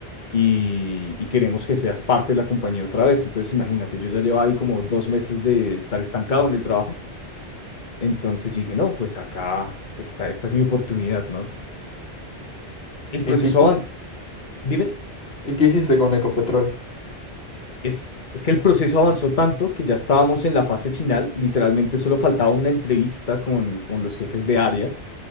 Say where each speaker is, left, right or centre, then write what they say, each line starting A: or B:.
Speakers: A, on the left; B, on the left.
A: y, y queremos que seas parte de la compañía otra vez. Entonces imagínate, yo ya llevaba ahí como dos meses de estar estancado en el trabajo. Entonces yo dije, no, pues acá, esta, esta es mi oportunidad, ¿no? El
B: ¿Y
A: proceso
B: qué,
A: avanzó. Dime.
B: y qué hiciste con Ecopetrol?
A: Es, es que el proceso avanzó tanto que ya estábamos en la fase final, literalmente solo faltaba una entrevista con, con los jefes de área.